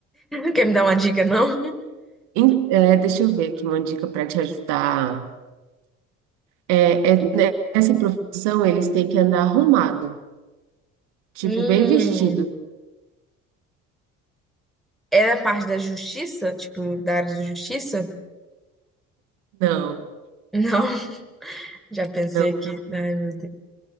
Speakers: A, in the centre; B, on the right (about 75°).
A: quer me dar uma dica, não?
B: Em- é, deixa eu ver aqui uma dica para te ajudar. É, é- né, nessa profissão, eles têm que andar arrumado, tipo,
A: Hum,
B: bem vestido.
A: é da parte da justiça? Tipo, da área da justiça?
B: Não,
A: Não, <laughs> já pensei
B: não,
A: aqui.
B: mas,
A: Ai, meu Deus.